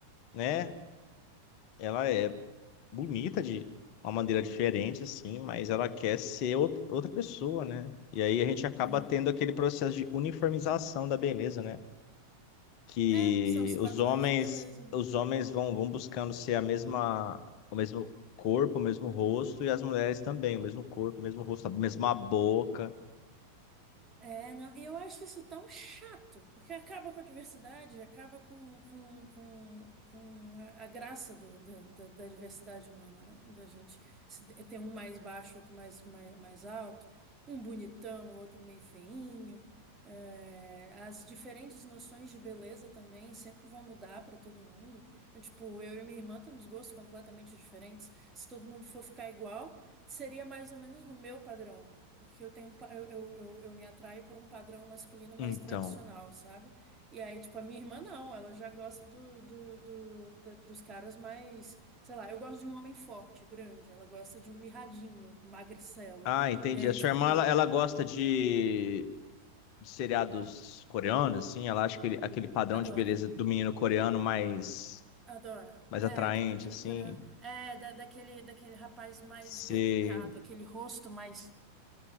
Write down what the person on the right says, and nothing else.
hum.
É, são os padrões
de beleza.
É, não, e eu acho isso tão chato, porque acaba com a diversidade, acaba com, com, com, com a, a graça do, da, da, da diversidade humana, né? Da gente se- ter um mais baixo, outro mais, mais, mais alto, um bonitão, outro meio feinho. É, as diferentes noções de beleza também sempre vão mudar para todo mundo. Então, tipo, eu e minha irmã temos gostos completamente diferentes. Se todo mundo for ficar igual, seria mais ou menos no meu padrão. Porque eu tenho um pa- eu, eu, eu, eu me atraio por um padrão masculino mais
tradicional, sabe? E aí, tipo, a minha irmã não, ela já gosta do, do, do- da- dos caras mais, sei lá, eu gosto de um homem forte, grande, ela gosta de um mirradinho, magricelo.
E aí,
tipo,
adora.
Adora.
É,
do menino
coreano. É, da, daquele, daquele rapaz mais
delicado, aquele rosto mais